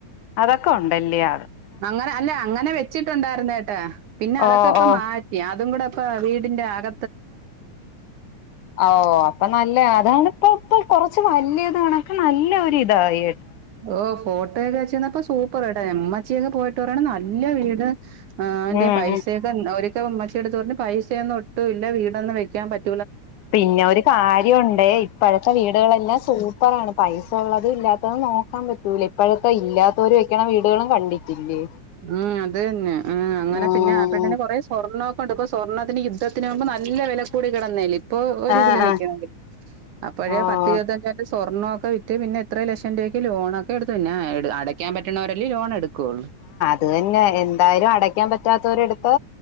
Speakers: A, on the left (about 85°); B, on the right (about 80°).
A: അതൊക്ക ഉണ്ടല്ല്യ
B: അങ്ങനെ അല്ലെ അങ്ങനെ വെച്ചിട്ടുണ്ടായിരുന്നേട്ടാ പിന്നെ
A: ഓ
B: അതൊക്ക ഇപ്പം
A: ഓ
B: മാറ്റി അതും കൂടെ ഇപ്പ വീ ന്റെ അക
A: ഓ അപ്പൊ നല്ല അതണിപ്പ ഇപ്പ കൊറ <unintelligible> വലിയ ഇത് കണൊക്ക്‌ നല്ല ഒരിതായി
B: ഓ ഫോട്ടോയൊക്കെ വെച്ചന്നപ്പോ സൂപ്പറായിട്ട എമ്മ് <unintelligible> ഒന്ന് പോയിട്ട് പറയണം നല്ല വീട് ആന്റെ
A: ഉം
B: പൈസയൊക്കെ
A: ഉം
B: ഒരു ഉമ്മച്ചിട്ത്ത് പറഞ്ഞ് പൈസയൊന്നും ഒട്ടും ഇല്ല വീടൊന്നും വെക്കാൻ പറ്റു
A: പിന്നെ ഒരു കാര്യഒണ്ടേ ഇപ്പോഴത്തെ വീ ളെല്ലാം സൂപ്പർ ആണ് പൈസ ഉള്ളതും ഇല്ലാത്തതും നോക്കാൻ പറ്റൂലി ഇപ്പോഴത്ത ഇല്ലാതൊരു ക്കണ വീടുകളും കണ്ടിട്ടില്ലേ
B: ഉം അത് തന്നെ അങ്ങനെ
A: ഉം
B: പിന്നെ ആ പെണ്ണിന് കൊറെ സ്വർണ്ണ <unintelligible> സ്വർണത്തിന് യുദ്ധത്തിന് മുമ്പ് നല്ല വില കൂടി കിടന്ന അല്ലെ ഇപ്പൊ ഒരുരിതില്
A: ആഹ്
B: നിക്കണോങ്കില്
A: ആഹ്
B: അപ്പോഴേ
A: ആഹ്
B: പത്ത് ഇരുപത്തരണ്സൊ സ്വർണ്ണൊക്ക വിറ്റ് പിന്നെ എത്രയും ലക്ഷം രൂപയ്ക്ക് ലോണൊക്ക എടുത്ത് പിന്നെ അടക്കാൻ പറ്റുന്നവരല്ലേ ലോൺ എടുക്കൂ <inaudible>
A: ത് തന്നെ എന്തായാലുംഅടുത് അടക്കാൻ പറ്റാത്തവരുടെഎടുത്ത്